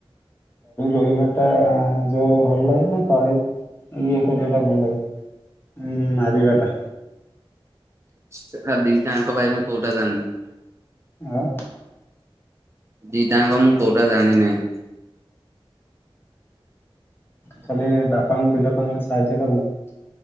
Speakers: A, on the left; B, on the right.
A: ରୋଇବା ଟା ଯୋଉ ଭଲ ଲାଗେ ନା ତଳି ଇଏ କରିବା ଟା ଭଲ ଲାଗେ? ଉଁ, ମାରିବା ଟା।
B: ସେ ଆ, ଦିଟା ଆଙ୍କ ଭାଇ ମୁଁ କୋଉଟା ଜାଣିନି।
A: ଆଉ
B: ଦି ଟା ଆଙ୍କ ମୁଁ କୋଉଟା ଜାଣିିନାହିଁ।
A: ଖାଲି ବାପାଙ୍କୁ ବିଲ କାମରେ ସାହାଯ୍ୟ କରନ୍ତି?